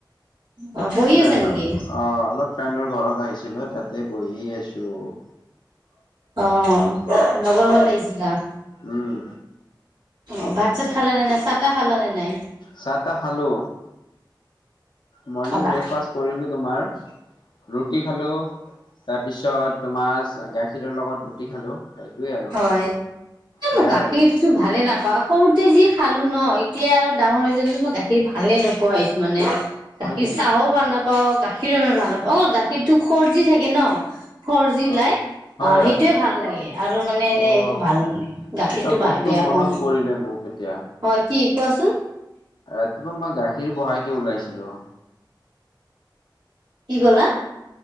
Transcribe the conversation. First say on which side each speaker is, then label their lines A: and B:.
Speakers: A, on the right; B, on the left.
A: অ
B: ফ্ৰেণ্ড
A: বহি আছা নেকি?
B: অ' অলপ ফ্ৰেণ্ডৰ ঘৰত আহিছিলোঁ, তাতে বহি আছোঁ।
A: অ' লগৰ ঘৰত আহিছিলা?
B: উম।
A: অ' ভাত-চাত খালা নে নাই? চাহ-তাহ খালা নে নাই?
B: চাহ-তাহ খালো। মৰ্ণিং
A: খালা।
B: ব্ৰেকফাষ্ট কৰিলো তোমাৰ। ৰুটি খালো, তাৰপিছত তোমাৰ গাখীৰৰ লগত ৰুটি খালো। আৰু
A: হয়, এই
B: সেয়াই
A: মোৰ গাখীৰ
B: আৰু।
A: টো ভালে নাপাওঁ, সৰুতে যি খালো ন', এতিয়া আৰু ডাঙৰ হৈছে বুলি মই গাখীৰ ভালে নোপোৱা হৈছোঁ মানে। গাখীৰ
B: হয় নেকি?
A: চাহও ভাল নাপাওঁ, গাখীৰো মই ভাল নাপাওঁ, অ' গাখীৰটো সৰ্জি থাকে ন'। সৰ্জি
B: হয়।
A: ওলাই
B: হয়
A: অ', সেইটোৱে
B: হয়
A: ভাল লাগে আৰু। এনে, এনে
B: অ',
A: একো ভাল নাপাওঁ গাখীৰটো
B: এটা বস্তু
A: বেয়া
B: মনত
A: পাওঁ মই।
B: পৰিলে মোক এতিয়া।
A: হয়, কি কোৱাচোন।
B: ৰাতিপুৱা মই গাখীৰ বহাই কে ওলাইছিলোঁ।
A: কি ক'লা?